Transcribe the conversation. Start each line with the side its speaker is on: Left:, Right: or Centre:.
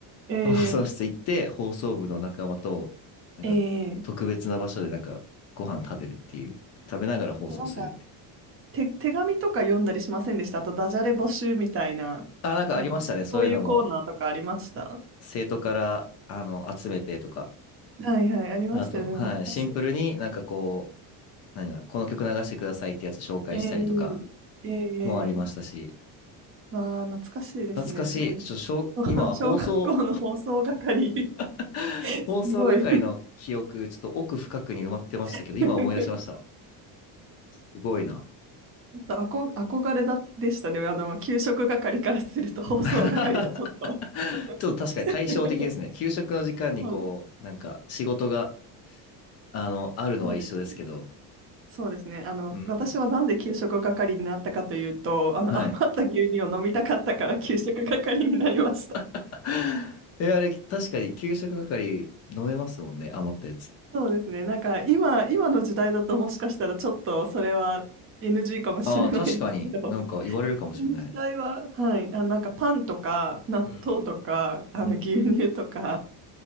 Right: ええ
Left: 放送室行って、放送部の仲間と、なんか、
Right: ええ
Left: 特別な場所でなんか、ご飯食べるっていう、食べながら放送するって。
Right: あとなんか、手、手紙とか読んだりしませんでしたあと、ダジャレ募集みたいな、
Left: あ、なんかありましたね、
Right: なんか、
Left: そういうのも、
Right: そういうコーナーとかありました
Left: 生徒から、あの、集めてとか、
Right: はいはい、ありましたよね。
Left: あと、はい、
Right: 懐かし
Left: シンプルになんかこう、何だ、この曲流してくださいってやつ紹介したりとか、
Right: い。ええええ
Left: もありましたし、
Right: まあ、懐かしいですね。
Left: 懐かしい、
Right: すごい。
Left: ちょ、しょ、
Right: <laughs>
Left: 今は放送
Right: 小学校の放送係、
Left: <laughs>
Right: すごい。
Left: 放送係の記憶、ちょっと奥深くに埋まってましたけど、
Right: <laughs>
Left: 今思い出しました。すごいな。
Right: ちょっとあこ憧れだでしたね。あの、給食係からすると放送係はちょっと。
Left: <laughs> ちょっと確かに対照的ですね。
Right: <laughs>
Left: 給食の時間にこう、
Right: そう
Left: なんか仕事が、あの、あるのは一緒ですけど。
Right: そうですね。そうですね。あの、
Left: うん。
Right: 私はなんで給食係になったかというと、あの、
Left: はい。
Right: 余った牛乳を飲みたかったから給食係になりました。
Left: <laughs> え、あれ、確かに給食係飲めますもんね。余ったやつ。
Right: そうですね。なんか今、今の時代だともしかしたらちょっとそれは NG かもしれないですけど、
Left: ああ、確かになんか言われるかもしれない。
Right: 昔の時代は、はい、あ、なんかパンとか納豆とかあの牛乳とか、
Left: うんうんうん